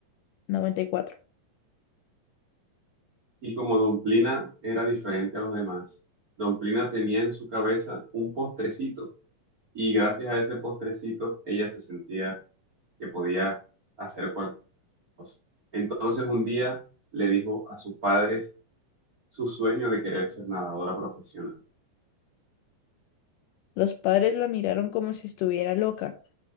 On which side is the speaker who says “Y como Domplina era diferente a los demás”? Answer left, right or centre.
Right